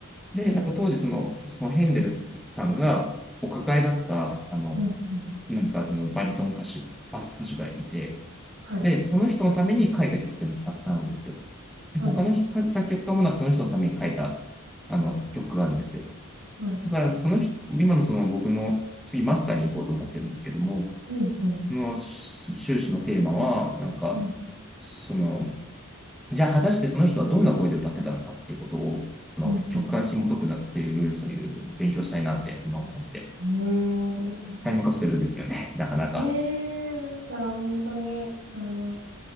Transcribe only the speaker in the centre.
で、なんか当時その、そのヘンデルさんがお抱えだった、あの、
なんかそのバリトン歌手、バス歌手がいて、
で、その人のために書いた曲っていうのがたくさんあるんですよ。
他の作曲家もなんかその人のために書いたあの曲があるんですよ。
だからその今のその僕の次マスターに行こうと思ってるんですけども、
この修士のテーマは、なんか、
その、じゃあ果たしてその人はどんな声で歌ってたのかっていうことを、その曲から紐解くなっていう、
そういう勉強したいなって今思ってて、
タイムカプセルですよね、なかなか。